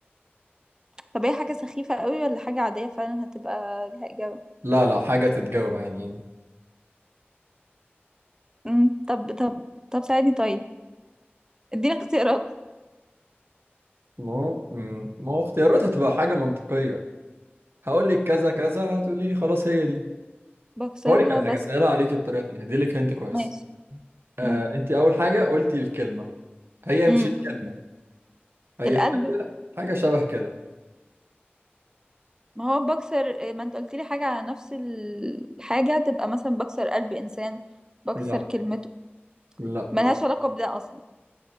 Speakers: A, on the right; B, on the right.
A: طب هي حاجة سخيفة قوي ولا حاجة عادية فعلا هتبقى ليها إجابة
B: لا لا حاجة تتجاوب عادي يعني
A: مم، طب طب طب ساعدني طيب اديني اختيارات
B: ما هو مم، ما هو اختياراتها تبقى حاجة منطقية هقول لك كذا كذا هتقولي لي خلاص هي دي
A: بكسرها
B: بقول لك على
A: بس
B: حاجه اسالها عليكي بطريقه ثانيه هدي لك هنت كويس
A: ماشي
B: آه
A: امم
B: انت اول حاجه قلتي الكلمه هي
A: امم
B: مش الكلمه هي
A: القلب
B: حاجه حاجه شبه كده
A: ما هو بكسر ما انت قلت لي حاجة على نفس الحاجة تبقى مثلا بكسر قلب انسان بكسر
B: لا
A: كلمته
B: لا
A: ملهاش
B: برضه
A: علاقة بده اصلا